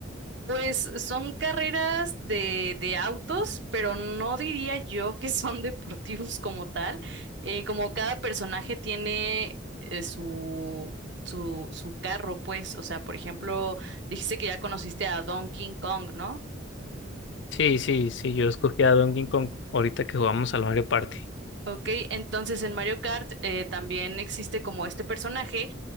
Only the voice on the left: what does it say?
Sí, sí, sí, yo escogí a Donkey Kong ahorita que jugamos al Mario Party.